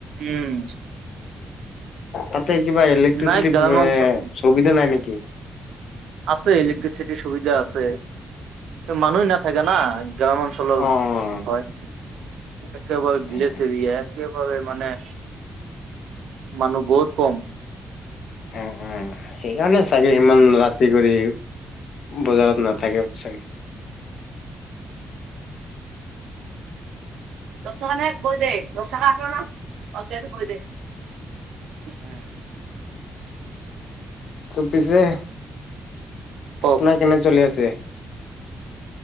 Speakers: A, on the right (about 75°); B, on the left (about 75°).
A: উম
B: তাতে কিবা ইলেক্ট্ৰিচিটি
A: নাই গ্ৰামাঞ্চল
B: সুবিধা নাই নেকি?
A: আছে ইলেক্ট্ৰিচিটিৰ সুবিধা আছে। মানুহ নাথাকে না গ্ৰাও অঞ্চলৰ
B: অ', অ',
A: হয়। একেবাৰে বিলেজছে
B: অ',
A: এৰীয়া একেবাৰে মানে মানুহ বহুত কম।
B: অ, অ, সেইকাৰণে চাগে সিমান ৰাতি কৰি বজাৰত নাথাকে চাগে।
A: দশকা ন গৈ দে দশকা আঠ ন অ গৈ দে উম।
B: চ পিছে
A: কওক
B: আপোনাৰ কেনে চলি আছে?